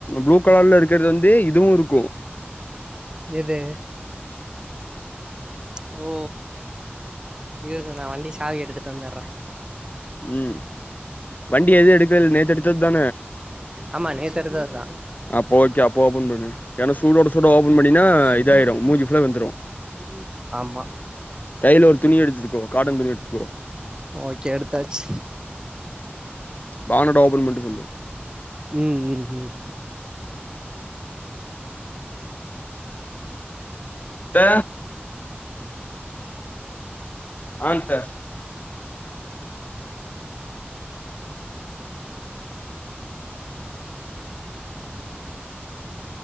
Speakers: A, on the left; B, on the right.
A: ப்ளூ கலர்ல இருக்கற்து வந் டேய் இதுவுருக்கு
B: எது ச்ச் ஓ இரு <unintelligible> நா வண்டி சாவி எடுத்துட் வந்தற்றே
A: ம் வண்டி எது எடுக்கல நேத்து எடுத்தது தான
B: ஆமா நேத்தெடுத்த அதா
A: அப்ப ஓகே அப்ப ஓபன் பண்ணு ஏன்னா சூடோட சூட ஓபன் பண்ணினா
B: <inaudible>
A: இதாயிரு மூஞ்சி ஃபுல்லா வெந்துரு
B: ஆம்மா
A: கைல ஒரு துணி எடுத்துக்கோ காட்டன் துணி எடுத்துக்கோ
B: ஓக்கே எடுத்தாச்
A: பானட ஓபன் பண்ட்டு சொல்லு
B: ம் ம் ம்
A: த்த ஆன்த்த